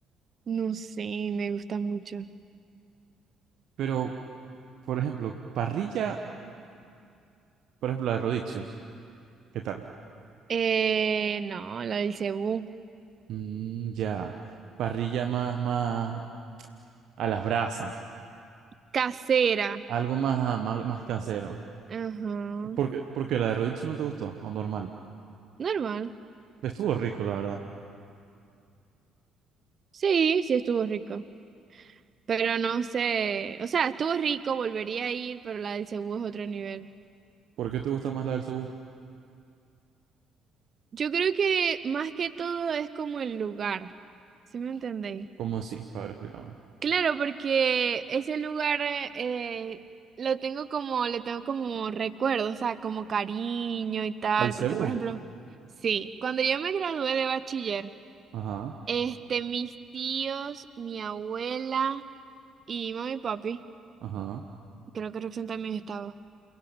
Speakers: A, on the right (about 40°); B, on the right (about 55°).
A: No sé, me gusta mucho.
B: Pero, por ejemplo, parrilla, por ejemplo, la de Rodicio, ¿qué tal?
A: Eh, no, la del cebú.
B: Mm, ya, parrilla más, más a las brasas,
A: Casera.
B: algo más, más, más casero.
A: Ajá.
B: Porque, porque la de Rodicio no te gustó, o normal.
A: Normal.
B: Estuvo rico, la verdad.
A: Sí, sí estuvo rico. Pero no sé, o sea, estuvo rico, volvería a ir, pero la del cebú es otro nivel.
B: ¿Por qué te gusta más la del Cebú?
A: Yo creo que más que todo es como el lugar, ¿sí me entendéis?
B: ¿Cómo así? A ver, explícame.
A: Claro, porque ese lugar eh, lo tengo como, le tengo como recuerdo, o sea, como cariño y tal,
B: ¿Al Cebú?
A: porque por ejemplo, sí, cuando yo me gradué de bachiller,
B: Ajá,
A: este, mis tíos, mi abuela y mami y papi,
B: ajá.
A: creo que Roxanne también estaba.